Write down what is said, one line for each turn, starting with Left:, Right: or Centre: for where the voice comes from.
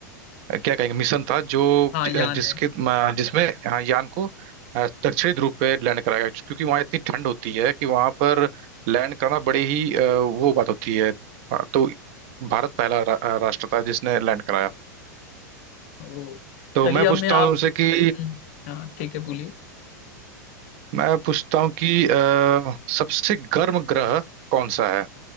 Right: क्या कहेंगे मिशन था जो
Left: हाँ
Right: जिसके
Left: यान है
Right: म- जिसमें हाँ, यान को अ, दक्षिणी ध्रुव पे लैंड कराया गया, क्योंकि वहाँ इतनी ठंड होती है कि वहाँ पर लैंड करना बड़ी ही अ, वो बात होती है अ, तो भारत पहला रा, अ, राष्ट्र था जिसने लैंड कराया
Left: ओ
Right: तो
Left: चलिए
Right: मैं
Left: अब
Right: पूछता
Left: मैं आपसे
Right: हूँ तुमसे कि
Left: हम्म, हाँ ठीक है बोलिए
Right: मैं पूछता हूँ कि अ, सबसे गर्म ग्रह कौन सा है